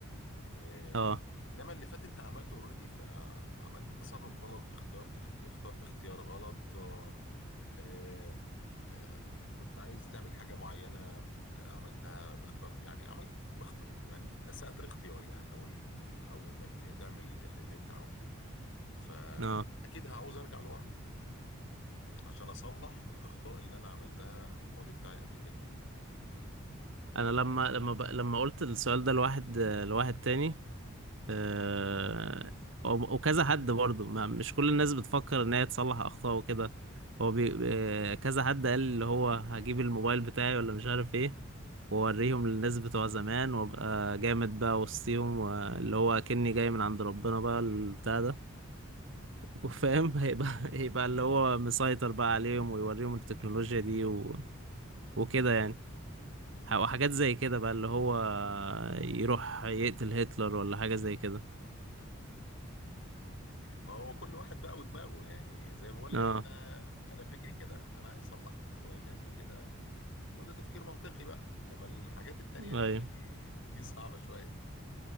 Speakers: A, on the left (about 60°); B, on the right (about 60°).
A: آه،
B: اه
A: انما اللي فات انت عملته اوريدي فعملت تصرف غلط اخترت اخترت اختيار غلط آه، آم، آه، كنت عايز تعمل حاجه معينه آه، عملتها اختار يعني عملت مخت... يعني اسأت الاختيار يعني او ال... او انك تعمل ال- اللي انت عاوزه يعني فاكيد
B: اه
A: هعوز ارجع لورا عشان اصلح الاخطاء اللي انا عملتها في الماضي بتاعي قبل كده
B: انا لما لما ب... لما قلت السؤال ده لواحد لواحد تاني آه، و- وكذا حد برضه ما- مش كل الناس بتفكر ان هي تصلح اخطاء وكده هو بي... آه، كذا حد قال اللي هو هجيب الموبايل بتاعي ولا مش عارف ايه واوريهم للناس بتوع زمان وابقى جامد بقى وسطيهم واللي هو كني جاي من عند ربنا بقى البتاع ده وفاهم <laughs> هيبقى هيبقى اللي هو مسيطر بقى عليهم ويوريهم التكنولوجيا دي و... وكده يعني ح- وحاجات زي كده بقى اللي هو يروح يقتل هتلر ولا حاجة زي كده
A: ما هو كل واحد بقى ودماغه يعني زي ما بقول
B: اه
A: لك انا انا فكري كده انا عايز اصلح اخطائي اللي قبل كده وده تفكير منطقي بقى انما الحاجات التانية دي
B: ايوه
A: <laughs> دي صعبة شوية